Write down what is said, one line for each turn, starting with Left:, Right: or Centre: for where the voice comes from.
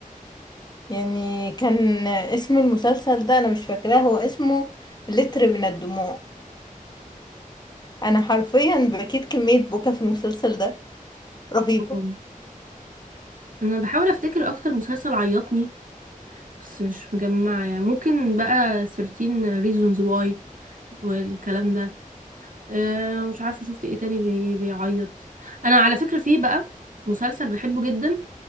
Left: يعني كان اسم المسلسل ده انا مش فاكراه هو اسمه لتر من الدموع انا حرفيا بكيت كمية بكا في المسلسل ده رهيبة
Right: كده انا بحاول افتكر اكتر مسلسل عيطني بس مش مجمعه يعني ممكن بقى 13 reasons why والكلام ده أه مش عارفه شفت ايه تاني بي بيعيط انا على فكره في بقى مسلسل بحبه جدا